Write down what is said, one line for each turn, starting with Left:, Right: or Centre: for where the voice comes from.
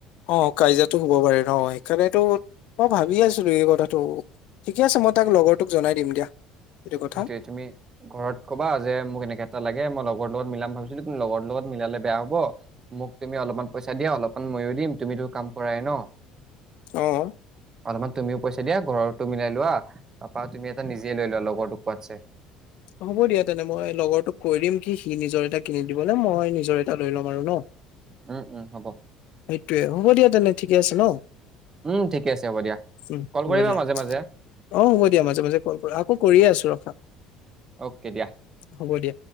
Left: অ কাজিয়া হব পাৰে ন সেইকাৰণেতো মই ভাবি আছিলো এই কথাটো ঠিকে আছে। মই তাক লগৰটোক জনাই দিম দিয়া। এইটো কথা
Right: সেইটোয়ে তুমি ঘৰত কবা যে মোক এনেকাে এটা লাগে মই লগৰ লগত মিলাম ভাবছিলো তুমি লগৰ লগত মিলালে বে হব, মোক তুমি অলপমান পইচা দিয়া অলপমান ময়ো দিম তুমি টো কাম কৰাই ন।
Left: আহ।
Right: অলপমান তুমিও পইচা দিয়া ঘৰৰত তো মিলাই লোৱা তাৰপৰা তুমি এটা নিজে লৈ লোৱা লগৰটোক কোৱাতছে।
Left: হ'ব দিয়া তেনে মই লগৰটোক কৈ দিম কি সি নিজৰ এটা কিনি দিবনে মই নিজৰ এটা লৈ লম আৰু ন।
Right: উম উম হ'ব।
Left: সেইটোৱে হ'ব দিয়া তেনে ঠিকে আছে ন।
Right: উম ঠিকে আছে হ'ব দিয়া
Left: উম
Right: কল
Left: হ'ব
Right: কৰিবা
Left: দিয়া,
Right: মাজে মাজে
Left: অ হ'ব দিয়া মাজে মাজে কল কৰ। আকো কৰিয়ে আছো ৰখা।
Right: অ'কে দিয়া।
Left: হ'ব দিয়া